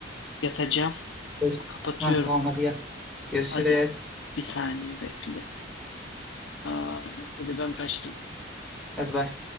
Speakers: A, on the left; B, in the centre.
A: yatacağım.
B: Evet.
A: Kapatıyorum.
B: Ha, tamam hadi yat. Görüşürüz.
A: Hadi bir saniye bekle. Aa, hadi ben kaçtım.
B: Hadi bay.